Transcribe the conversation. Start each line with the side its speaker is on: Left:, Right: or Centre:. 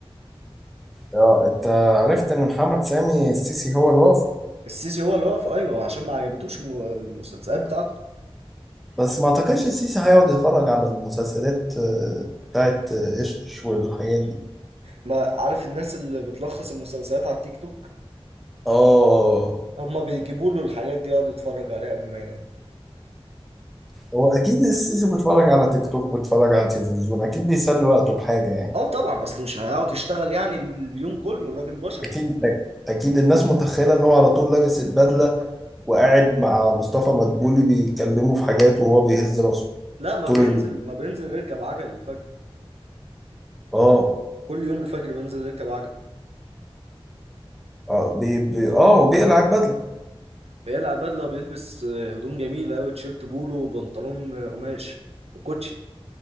Centre: اه انت عرفت ان محمد سامي السيسي هو الوفد
Right: السيسي هو اللي وقفه ايوه عشان ما عجبتوش الم- المسلسلات بتاعته
Centre: بس ما اعتقدش السيسي هيقعد يتفرج على المسلسلات آه، بتاعت آه، ايش ايش والحاجات دي
Right: ما عارف الناس اللي بتلخص المسلسلات على التيك توك
Centre: اه
Right: هما بيجيبوا له الحاجات دي يقعد يتفرج عليها قبل ما ينام
Centre: هو اكيد السيسي بيتفرج على تيك توك وبيتفرج على التلفزيون اكيد بيسلي وقته بحاجه يعني
Right: اه طبعا اصل مش هيقعد يشتغل يعني اليوم كله الراجل بشر
Centre: اكيد اكيد الناس متخيله ان هو على طول لابس البدله وقاعد مع مصطفى مدبولي بيتكلموا في حاجات وهو بيهز راسه
Right: لا ما
Centre: طول
Right: بينزل
Centre: اليوم
Right: ما بينزل يركب عجل الفجر
Centre: اه
Right: كل يوم الفجر بينزل يركب عجل
Centre: اه بي بي اه وبيقلع البدله
Right: بيقلع البدله وبيلبس آه، هدوم جميله قوي تيشيرت بولو وبنطلون آه، قماش وكوتشي